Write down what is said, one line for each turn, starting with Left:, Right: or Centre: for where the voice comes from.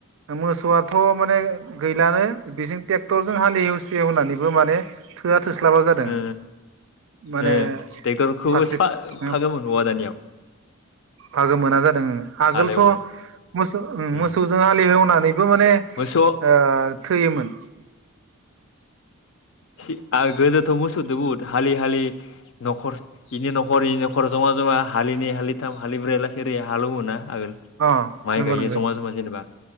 Right: मोसौआथ' माने गैलानो बिजों टेक्टरजों हाल एवसि एवनानैबो माने थोआ थोस्लाबा जादों।
Left: ओ
Right: माने
Left: ओ टेक्टरखौ
Right: फारसेथिं
Left: फा-फागोमोनबाआ दानियाव।
Right: भागो मोना जादों ओं। आगोलथ'
Left: हालेवनो
Right: मोसौ
Left: उम
Right: मोसौजों हालि एवनानैबो माने
Left: मोसौ
Right: ओ थोयोमोन।
Left: खि आ गोदोथ' मोसौदो बुहुद हालि हालि न'खर इनि न'खर इनि न'खर जमा जमा हलिनै हालिथाम हालिब्रै लाखि ओरै हालेवोना आगोल।
Right: अ
Left: माइ
Right: नंगौ
Left: गायो
Right: नंगौ
Left: जमा जमा जेनेबा